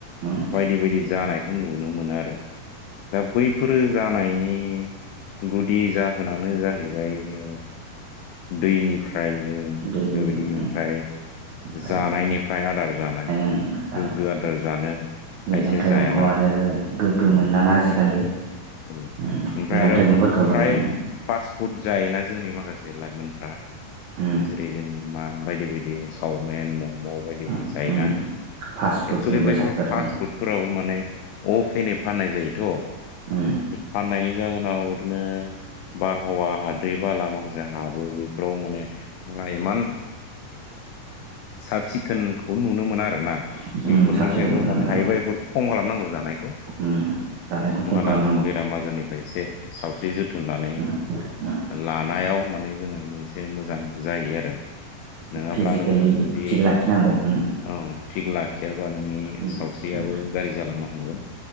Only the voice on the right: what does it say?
उम
दैनि
उम
ओमफ्राय
ओं जानाय
मैगं
थाइगंखौ
आरो गोग्गो
मोनलाना आजिखालि
उम मैगं
थाइगंफोरखौबो
उम
उम
उम
उम फास्ट फुडनि
बेसादफोर
उम
उम
<inaudible>
उम उम
साब सिखोन नुनो
मोना
उम जानायखौ
खम खालाम
उम उम
फिजिकेलि
थिग लाखिनांगौ उम
उम
उम